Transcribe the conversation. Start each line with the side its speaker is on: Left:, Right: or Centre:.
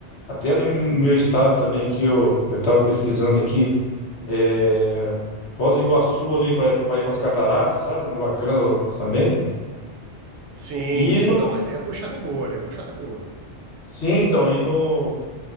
Left: até no meu estado também aqui, eu eu estava pesquisando aqui, é, Foz do Iguaçu ali para ir para as cataratas, sabe? Bacana também.
Right: Sim,
Left: E
Right: sim,
Left: no,
Right: não, ali a puxada é boa, ali a puxada é boa.
Left: sim, então, e no